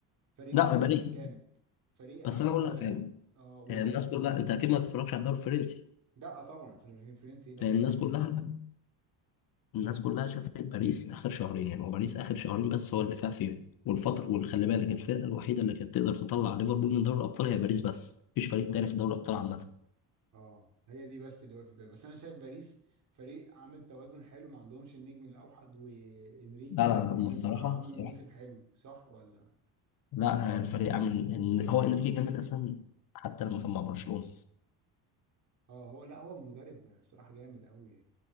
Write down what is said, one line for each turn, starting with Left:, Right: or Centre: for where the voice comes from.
Right: فريق
Left: لا
Right: متوازن
Left: باريس
Right: جامد فريق
Left: بس
Right: عنده
Left: انا اقول
Right: توازن
Left: لك حاجه
Right: اه قول
Left: هي الناس كلها انت اكيد ما تتفرجش على الدوري الفرنسي
Right: لا طبعا فر- فرنسي ايه ده اتفرج
Left: لان الناس
Right: عليه
Left: كلها الناس كلها شافت باريس اخر شهرين يعني هو باريس اخر شهرين بس هو اللي فاق فيهم والفتره وخلي بالك الفرقه الوحيده اللي كانت تقدر تطلع ليفربول من دوري الابطال هي باريس بس مفيش فريق تاني في دوري الابطال عامه
Right: اه هي دي بس اللي وقفت بس انا شايف باريس فريق عامل توازن حلو ما عندهمش النجم الاوحد وانريكي
Left: لا لا لا،
Right: عامل
Left: هم الصراحة
Right: عامل
Left: الصراحة
Right: موسم حلو صح ولا
Left: لا الفريق عامل إن هو إنريكي جامد أصلا حتى لما كان مع برشلونة
Right: اه هو لا هو المدرب صراحة جامد قوي